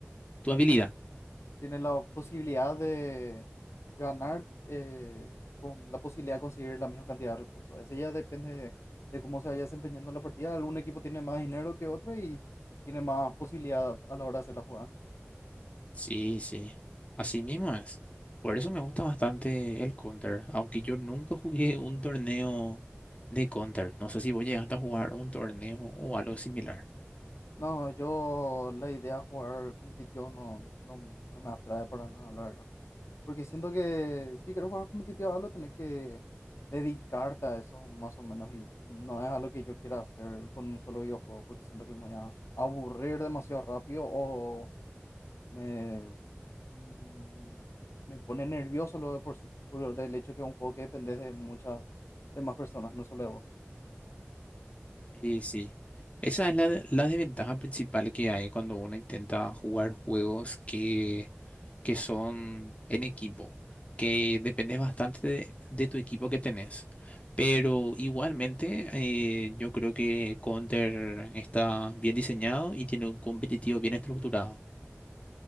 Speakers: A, on the left; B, on the left.
A: tu habilidad.
B: Tienes la posibilidad de ganar eh, con la posibilidad de conseguir la misma cantidad de recursos. Ese ya depende de, de cómo se vaya desempeñando la partida. Algún equipo tiene más dinero que otro y tiene más posibilidad a la hora de hacer la jugada.
A: Sí, sí. Así mismo es. Por eso me gusta bastante el Counter, aunque yo nunca jugué un torneo de Counter. No sé si vos llegaste a jugar un torneo o algo similar.
B: No, yo la idea de jugar competitivo no, no, no me atrae para nada, la verdad. Porque siento que si quieres jugar competitivo, algo tenés que dedicarte a eso más o menos. Y no es algo que yo quiera hacer con un solo videojuego, porque siento que me voy a aburrir demasiado rápido o me, mm, me pone nervioso lo de por sí. Por el hecho que es un juego que depende de muchas, de más personas, no solo de vos.
A: Sí, sí. Esa es la, la desventaja principal que hay cuando uno intenta jugar juegos que que son en equipo, que depende bastante de, de tu equipo que tenés. Pero igualmente, eh, yo creo que Counter está bien diseñado y tiene un competitivo bien estructurado.